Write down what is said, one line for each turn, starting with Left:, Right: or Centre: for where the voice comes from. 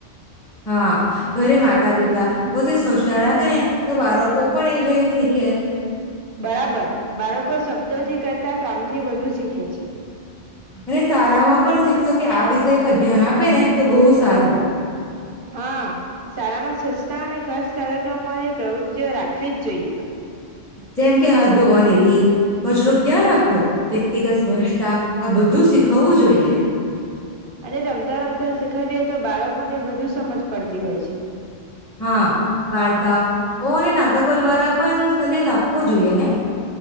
Centre: હા, ઘરે માતા પિતા પોતે સ્વચ્છતા રાખે ને તો બાળકો પણ એ જોઈને શીખે.
Right: બરાબર બાળકો શબ્દોથી કરતા કામથી વધુ શીખે છે.
Centre: અને શાળામાં પણ શિક્ષકો આ વિષય પર ધ્યાન આપે ને તો બહુ સારો
Right: હા શાળામાં સ્વચ્છતા અને ખાસ કાર્યક્રમોની પ્રવૃતિઓ રાખવી જ જોઈએ.
Centre: જેમ કે હાથ ધોવાની એ કચરો ક્યાં નાખવો? પ્રેક્ટિકલ સ્વછતા, આ બધું શીખાવવું જોઈએ.
Right: અને રમતા રમતા શીખાવીએ, તો બાળકોને વધુ સમજ પડતી હોય છે.
Centre: હા, વાર્તાઓ અને નાટકો દ્વારા પણ સંદેશ આપવો જોઈએ ને?